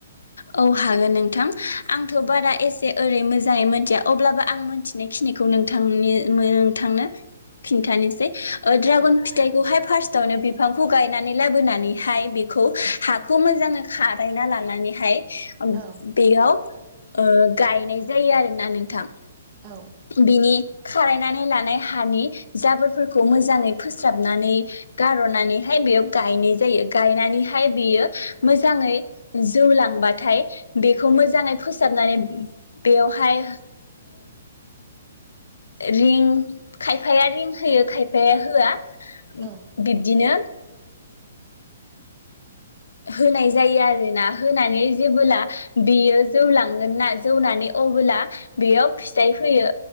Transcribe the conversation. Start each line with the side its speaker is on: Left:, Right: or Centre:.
Left: औ हागोन नोंथां आंथ'
Right: औ
Left: बारा एसे ओरै मोजाङै मिथिया अब्लाबो आं मोनथिनायखिनिखौ नोंथांनि नोंथांनो खिन्थानोसै ड्रागन
Right: औ
Left: फिथाइखौहाय फारस्ट थनो बिफांखौ गायनानै लाबोनानैहाय बेखौ हाखौ मोजाङै खारायना लानानै हाय
Right: औ
Left: बेयाव गायनाय जायो आरोना नोंथां
Right: औ
Left: बिनि खारायनानै लानाय हानि जाबोरफोरखौ मोजाङै फोस्राबनानै गार'नानैहाय बेयाव गायनाय जायो गायनानैहाय बेयो मोजाङै जौलांबाथाय बेखौ मोजाङै फोसाबनानै बेयावहाय रिं खायफाया रिं होयो खायफाया होआ बिब्दिनो
Right: औ
Left: होनाय जायो आरोना होनानै जेबोला बेयो जौलांगोन ना जौनानै अबोला बेयाव फिथाइ फैयो